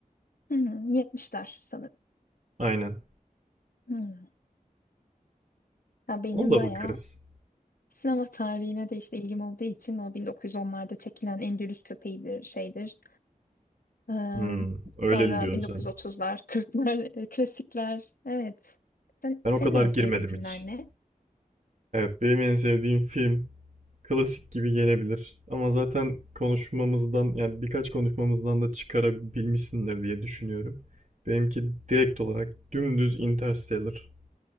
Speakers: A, on the left; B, on the right.
A: Hmm, 70'ler sanırım.
B: Aynen.
A: Hmm. Ya benim
B: Ona da
A: bayağı
B: bakarız.
A: sinema tarihine de işte ilgim olduğu için o 1910'larda çekilen Endülüs Köpeği'dir, şeydir. Ee,
B: Hmm, öyleli
A: sonra
B: diyorsun
A: 1930'lar,
B: sen.
A: 40'lar, e, klasikler. Evet. Sen,
B: Ben o
A: senin
B: kadar
A: en
B: girmedim
A: sevdiğin filmler
B: hiç.
A: ne?
B: Evet benim en sevdiğim film klasik gibi gelebilir. Ama zaten konuşmamızdan yani birkaç konuşmamızdan da çıkarabilmişsindir diye düşünüyorum. Benimki direkt olarak dümdüz Interstellar.